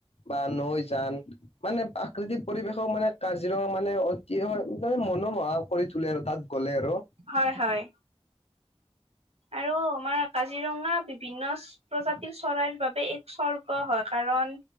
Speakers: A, on the left; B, on the right.
A: বা নৈ যান মানে প্ৰাকৃতিক পৰিৱেশও মানে কাজিৰঙা মানে অতিশয় মনোমোহা কৰি তুলে আৰু তাত গ'লে আৰু
B: হয় হয় আৰু আমাৰ কাজিৰঙা বিভিন্ন প্ৰজাতিৰ চৰাইৰ বাবে এক স্বৰ্গ হয় কাৰণ